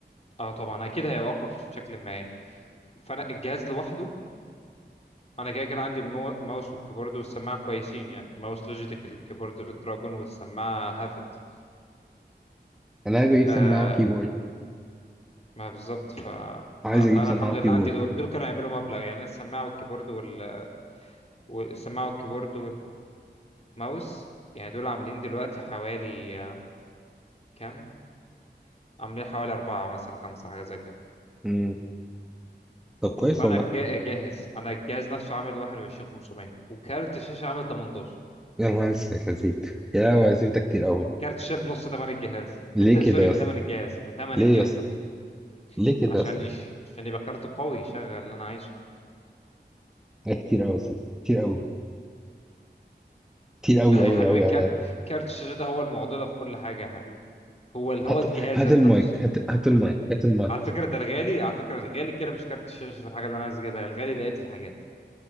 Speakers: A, on the left; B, in the centre.
A: اه طبعا اكيد هيبقى اقوى بشكل ما يعني. فانا الجهاز لوحده انا كده كده عندي المو- الماوس والكيبورد والسماعه كويسين يعني ماوس لوجيتك الكيبورد ريد دراجون والسماعه هافت
B: انا عايز اجيب
A: آه
B: سماعة وكيبورد
A: ما بالظبط ف... ف...
B: عايز
A: فانا
B: اجيب سماعة
A: الحمد
B: وكيبورد
A: لله عندي دول دول كانوا يعملوا مبلغ يعني أنا السماعه والكيبورد وال... والسماعه والكيبورد والماوس يعني دول عاملين دلوقتي حوالي آه، كام عاملين حوالي أربعة مثلا خمسة حاجة زي كده
B: امم طب كويس
A: فانا
B: والله
A: جا- جاهز انا الجهاز نفسه عامل 21500 وكارت الشاشه عامل 18
B: يا نهار اسود يا سيف يا هو يا سيف ده كتير قوي
A: كارت الشاشه بنص ثمن الجهاز
B: ليه
A: بت... سوري
B: كده يا
A: بثمن
B: اسطى؟
A: الجهاز بثمن
B: ليه
A: الجهاز
B: يا اسطى؟
A: نفسه
B: ليه كده
A: عشان
B: يا اسطى؟
A: يش... عشان يبقى كارت قوي يشغل اللي انا عايزه
B: ده كتير قوي يا سيف كتير قوي كتير قوي
A: ما
B: قوي
A: هي يا حبيبي
B: قوي
A: كا...
B: قوي
A: كارت الشاشه ده هو المعضله في كل حاجه يا حبيبي هو ال- هو
B: هات
A: الجهاز
B: هات
A: يا اسطى
B: المايك
A: نفسه
B: هات هات المايك هات المايك
A: على فكره ده الغالي على فكره الغالي كده مش كارت الشاشه في الحاجه اللي انا عايز اجيبها الغالي بقيه الحاجات